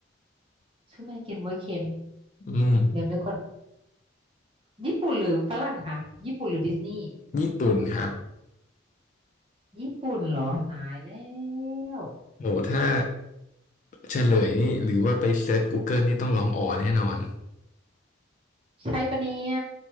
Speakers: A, on the right; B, on the left.
A: ซูเปอร์แมนกินบ๊วยเค็ม
B: ๆอืม
A: เดี๋ยวนึกก่อน ญี่ปุ่นหรือฝรั่งคะญี่ปุ่นหรือดิสนีย์
B: ญี่ปุ่นครับ
A: ญี่ปุ่นเหรอตายแล้ว
B: โหถ้าเฉลยนี่หรือว่าไปเซิร์ช Google นี่ต้องร้องอ๋อแน่นอน
A: ใช่ปะเนี่ย